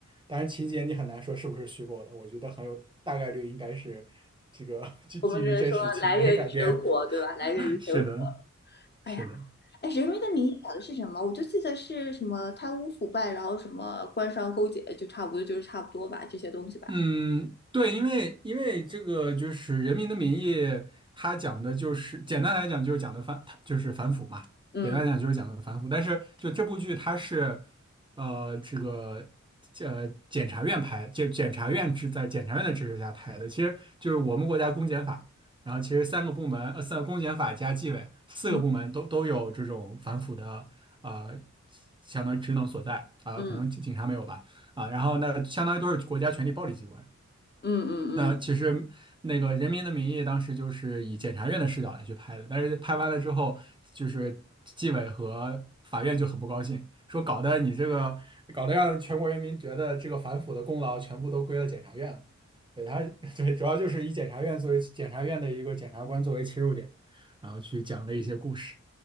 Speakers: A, on the right; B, on the left.
A: 当然情节你很难说是不是虚构的，我觉得很有大概率应该是这个 <laughs> 基基于真实情节改编。
B: 我们只是说来源于生活，对吧？来源于生活。
A: <laughs> 是的，
B: 哎呀，
A: 是的，
B: 哎，《人民的名义》讲的是什么？我就记得是什么贪污腐败，然后什么官商勾结，就差不多就是差不多吧，这些东西吧。
A: 嗯，对，因为因为这个就是《人民的名义》，它讲的就是简单来讲就是讲的反，它就是反腐嘛，
B: 嗯
A: 简单来讲就是讲的反腐。但是就这部剧它是，呃，这个呃检察院拍，检检察院支在检察院的支持下拍的，其实就是我们国家公检法，然后其实三个部门，呃，三公检法加纪委四个部门都都有这种反腐的呃
B: 嗯
A: 相当于职能所在啊，
B: 嗯
A: 可能警警察没有吧。啊，然后那相当于都是国家权力暴力机关。
B: 嗯嗯嗯，
A: 那其实那个《人民的名义》当时就是以检察院的视角来去拍的，
B: 嗯
A: 但是拍完了之后，就是纪委和法院就很不高兴，说搞得你这个搞得让全国人民觉得这个反腐的功劳全部都归了检察院了。对他，<laughs> 对，主要就是以检察院作为检察院的一个检察官作为切入点，然后去讲了一些故事。